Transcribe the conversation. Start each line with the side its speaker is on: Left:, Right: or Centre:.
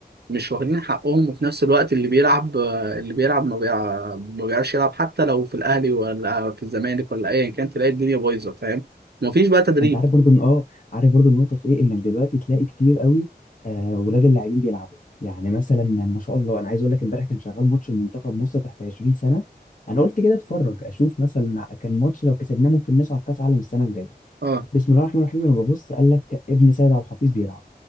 Right: مش واخدين حقهم وفي نفس الوقت اللي بيلعب اللي بيلعب ما بيع- ما بيعرفش يلعب حتى لو في الاهلي ولا في الزمالك ولا ايا كان تلاقي الدنيا بايظه فاهم مفيش بقى تدريب
Left: انت عارف برضو ان اه عارف برضو النقطه في ايه انك دلوقتي تلاقي كتير قوي آه ولاد اللاعبين بيلعبوا يعني مثلا ما شاء الله انا عايز اقول لك امبارح كان شغال ماتش المنتخب مصر تحت 20 سنه انا قلت كده اتفرج اشوف مثلا كان ماتش لو كسبناه ممكن نصعد كاس عالم السنه الجايه
Right: اه
Left: بسم الله الرحمن الرحيم انا ببص قال لك ابن سيد عبد الحفيظ بيلعب